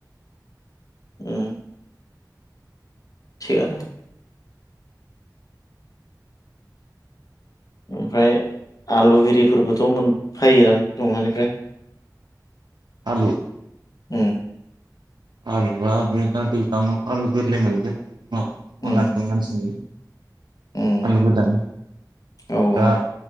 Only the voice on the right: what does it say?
आलु
आलुआ बे दा दैज्लां आव आलु गोरलै मोनगोन अरनाचल
मानसि
आलुबोदां
दा